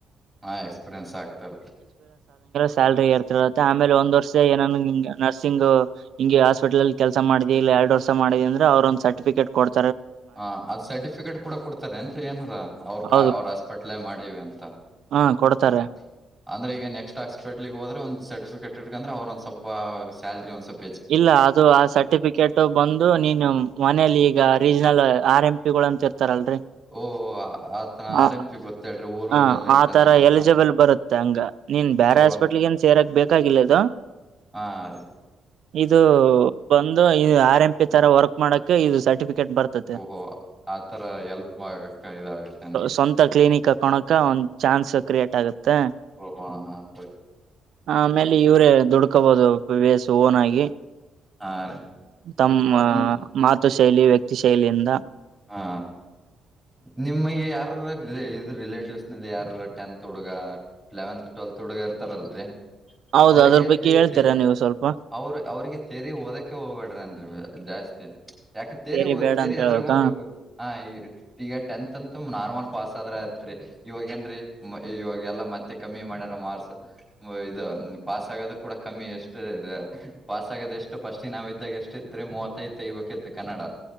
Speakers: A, in the centre; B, on the right (about 65°).
A: ಹಾ ಎಕ್ಸ್ಪೀರಿಯನ್ಸ್ ಆಗ್ತಾ ಇರುತ್ತೆ.
B: ಸ್ಯಾಲರಿ ಇರ್ತಿರುತ್ತೆ ಆಮೇಲೆ ಒಂದು ವರ್ಷ ಏನನ ಹ ನರ್ಸಿಂಗ್ ಹಿಂಗೆ ಹಾಸ್ಪಿಟಲ್ ಅಲ್ಲಿ ಕೆಲಸ ಮಾಡಿದೆ ಇಲ್ಲ. ಎರಡು ವರ್ಷ ಮಾಡಿದೀನಿ ಅಂದ್ರೆ ಅವ್ರೊಂದು ಸರ್ಟಿಫಿಕೇಟ್ ಕೊಡ್.
A: ಹ ಅದ್ ಸರ್ಟಿಫಿಕೇಟ್ ಕೂಡ ಕೊಡ್ತಾರೆ ಏನ್ರೀ ಏನದ ಅವ್ರ
B: ಹೌದು
A: ಹಾಸ್ಪಿಟ್ಲ್ ಮಾಡಿವ ಅಂತ.
B: ಹ ಕೊಡ್ತಾರೆ.
A: ಅ- ಅಂದ್ರೆ ಈಗ ನೆಕ್ಸ್ಟ್ ಹಾಸ್ಪಿಟಲ್ ಹೋದ್ರೆ ಒಂದ್ ಸರ್ಟಫಿಕೇಟ್ಕಂದ್ರ ಅವ್ರ ಒಂದ್ ಸ್ವಲ್ಪ ಸ್ಯಾಲರಿ ಒಂದ್ ಸ್ಲ್ಪ.
B: ಇಲ್ಲ ಅದು ಆ ಸರ್ಟಿಫಿಕೇಟ್ ಬಂದು ನೀನು ಮನೇಲಿ ಈಗ ರೀಜನಲ್. ಆರ್ ಎಂ ಪಿ ಗಳು ಅಂತ ಇರ್ತಾರಲ್ರರಿ.
A: ಓ ಆತನ
B: ಹ
A: ಆರ್ ಎಂ ಪಿ ಗೊತ್ತೇಳ್ರಿ ಊರ್
B: ಹ
A: ಊರಲ್ಲಿ ಇರ್ತಾರ
B: ಆ ತರ ಎಲಿಜಿಬಲ್
A: ಹ
B: ಬರುತ್ತೆ ಹಂಗ ನೀ ನೀನ್ ಬ್ಯಾರೆ
A: ಓ
B: ಹಾಸ್ಪಿಟ್ಲ್ ಏನ್ ಸೇರಕ್ ಬೇಕಾಗಿಲ್ಲ ಇದ.
A: ಹಾರೀ
B: ಇದು ಬಂದು ಇ ಆರ್ ಎಂ ಪಿ ತರ ವರ್ಕ್ ಮಾಡಕ ಇದು ಸರ್ಟಿಫ ಕೆ ಬರ್ತತೆ
A: ಓಹೋ ಆತರ ಎಲ್ಪ್ ಆಗಕ್ಕ ಇದಾಗತ್ತೇನ್ರಿ
B: ಸ್ವಂತ ಕ್ಲಿನಿಕ್ ಹಾಕೊಣಕ. ಚಾನ್ಸ್ ಕ್ರಿಯೇಟ್ ಆಗುತ್ತೆ.
A: ಓ ಹಾ ಹಾ ಹೇ
B: ಆಮೇಲೆ ಏ ದುಡುಕು. ಇಕ್ಕಬಹುದು ವೇಸ್ ಓನ್ ಆಗಿ
A: ಹಾ ರೀ
B: ತಮ್ಮ
A: ನಿ-
B: ಮ ತ ಶೈಲಿ ವ್ಯಕ್ತಿ ಶೈಲಿಯಿಂದ.
A: ಹಾ ನಿಮಗೆ ಯಾರ್ ಇದ್ರು ರಿಲೇಟಿವ್ಸ್ ನಲ್ಲಿ ಯಾರ ಟೆಂತ್ ಹುಡುಗ ಲೆವೆಂತ್ ಟ್. ತುಡ್ಗ ಇತಾರಲ್ರಿ
B: ಹೌದು
A: ಅವ್ರಿಗೆ
B: ಅದ್ರ ಬಗ್ಗೆ
A: ತೇ
B: ಹೇಳ್ತೀರಾ
A: ತೇ
B: ನೀವು ಸ್ವಲ್ಪ
A: ಅವರು ಅವ್ರಿಗೆ ತೇರಿ ಓದಕ್ಕೆ ಹೋಗ್ಬೇಡ್ರಿನ್ ಇವಾಗ. ಜಾಸ್ತಿ ಯಾಕೆ ತೇರಿ
B: ಸೇರಿ
A: ಹ
B: ಬೇಡ
A: ತೇರಿ
B: ಅಂತ
A: ಅದ್ರಾಗ
B: ಹೇಳ್ಬೇಕಾ
A: ಹ ಹ ಈ ಈಗ ಟೆಂತ್ ಅಂತು ನಾರ್ಮಲ್ ಪಾಸ್ ಆದ್ರ ಐತ್ರಿ ಇವಾಗೇಏನ್ರೀ ಇವಾಗಲ್ಲ ಮತ್ತೆ ಕಮ್ಮಿ ಮಾಡಾರ ಮಾರ್ಕ್ಸ್ ಇದು ಪಾಸ್ ಆಗೋದು ಕೂಡ ಕಮ್ಮಿ ಎಷ್ಟೇ ಪಾಸ್. ತೆಗೆದು ಎಷ್ಟು ಫಸ್ಟಿ ನಾವ್ದಾಗ ಎಷ್ಟಿತ್ ಮೂವತ್ತೈ ತೆಗಿಬೇಕಿತ್ತು ಕನ್ನಡ.